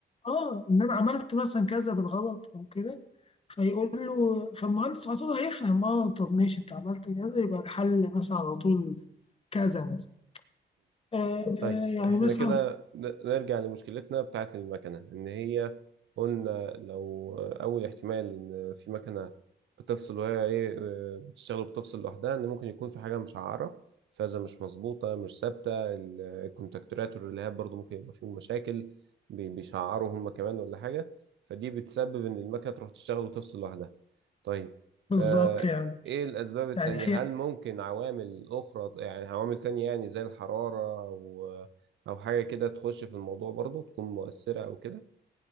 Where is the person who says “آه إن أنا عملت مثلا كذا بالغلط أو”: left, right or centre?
Left